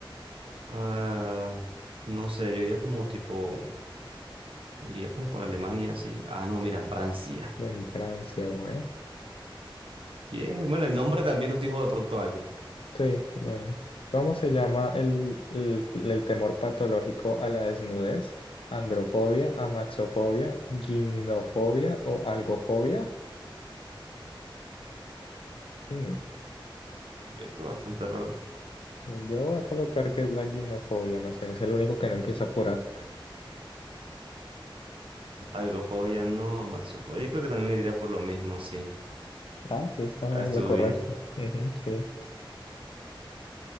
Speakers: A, on the right; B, on the left.
A: Ah, no sé, yo iría como tipo, iría como por Alemania, sí. Ah, no, mira, Francia.
B: En Francia, bueno.
A: Bien, bueno, el nombre también nos dijo de pronto algo.
B: Sí, bueno. ¿Cómo se llama el, el, el temor patológico a la desnudez? ¿Androfobia, amaxofobia, gimnofobia o algofobia? Mm,
A: Esto es bastante raro.
B: Yo voy a colocar que es la gimnofobia, no sé, es el único que no empieza por A.
A: Algofobia, no, amaxofobia. Yo creo que también me iría por lo mismo, sí.
B: Ah, sí, está
A: Ah, estuvo
B: lo correcto.
A: bien.
B: Ujú, sí,